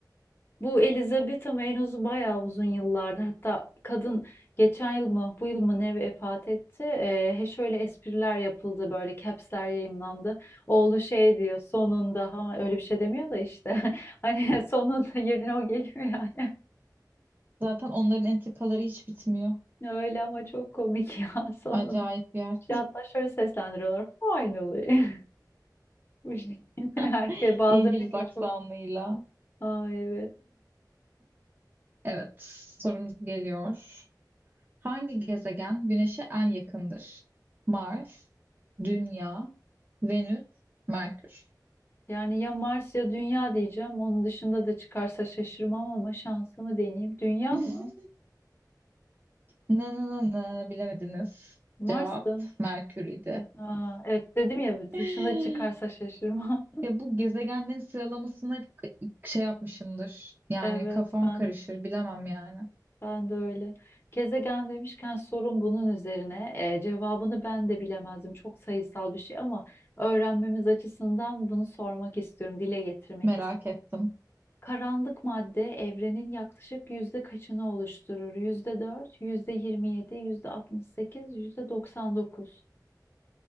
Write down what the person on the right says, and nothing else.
Zaten onların entrikaları hiç bitmiyor.
Acayip bir yer.
<laughs>
İngiliz
aksanıyla.
Evet, sorumuz geliyor. Hangi gezegen Güneş'e en yakındır? Mars, Dünya, Venüs, Merkür.
<laughs>
Na na na na bilemediniz.
Cevap Merkür idi.
<laughs>
Ya bu gezegenlerin sıralamasını hep k- şey yapmışımdır. Yani
kafam
karışır bilemem yani.
Merak
ettim.